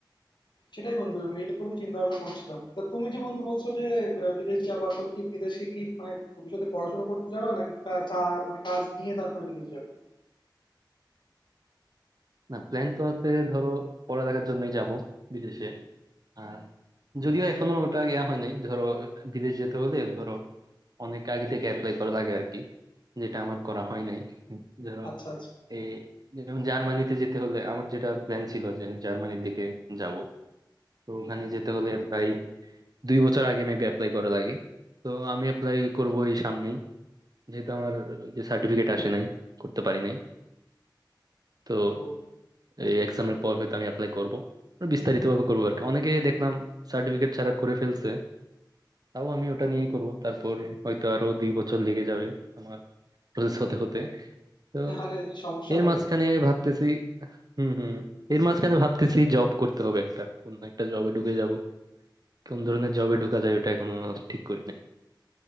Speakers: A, on the left (about 70°); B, on the right (about 55°).
A: সেটাই বন্ধু আমি এরকমই চিন্তা ভাবনা করছিলাম তা তুমি যে বন্ধু বলছো যে আহ, বিদেশ যাবা তো কি বিদেশে কি মানে ভবিষ্যতে পড়াশোনা করতে যাবা নাকি কা- চা- মানে কাজ নিয়ে তারপরে বিদেশ যাবে
B: না প্ল্যান তো আছে ধরো পড়ালেখার জন্যই যাব বিদেশে আর যদিও এখনো ওটা ইয়া হয় নাই ধরো বিদেশ যেতে হলে ধরো অনেক আগে থেকে অ্যাপ্লাই করা লাগে আর কি যেটা আমার করা হয় নাই ধরো
A: আচ্ছা আচ্ছা
B: এই যেমন জার্মানিতে যেতে হলে আমার যেটা প্ল্যান ছিল যে জার্মানির দিকে যাব তো ওখানে যেতে হলে প্রায় দুই বছর আগে মেবি অ্যাপ্লাই করা লাগে তো আমি অ্যাপ্লাই করবো এই সামনেই যেহেতু আমার যে সার্টিফিকেট আসে নাই করতে পারি নাই তো
A: ও
B: এই এক্সামের পর হয়তো আমি অ্যাপ্লাই করবো বিস্তারিত ভাবে করবো আর কি অনেকে দেখলাম সার্টিফিকেট ছাড়া করে ফেলছে তাও আমি ওটা নিয়ে করব তারপর হয়তো আরো দুই বছর লেগে যাবে আমার প্রসেস হতে হতে তো
A: আরে সমস্যা
B: এর
A: নাই
B: মাঝখানে
A: বন্ধু
B: ভাবতেছি হুম হুম এর মাঝখানে ভাবতেছি জব করতে হবে একটা কোন একটা জবে ঢুকে যাব কোন ধরনের জবে ঢুকা যায় ওটা এখনো ঠিক করি নাই